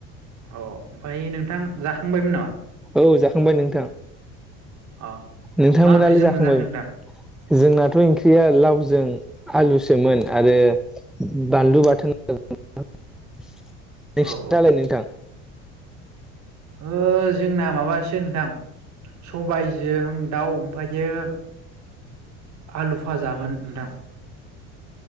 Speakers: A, on the right; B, in the centre.
A: अ ओमफ्राय नोंथां जाखांबायमोन नामा
B: औ औ जाखांबाय नोंथां।
A: अ
B: नोंथांमोनालाय
A: मा ओंख्रिजों
B: जाखांबायबो?
A: मोनजाखो नोंथां
B: जोंनाथ' ओंख्रिया लावजों आलुसोमोन आरो बानलु बाथोन। नोंसिनियालाय
A: औ औ
B: नोंथां?
A: ओ जोंना माबासो नोंथां सबायजों दाउ ओमफ्रायो आलु भाजामोन नोंथां।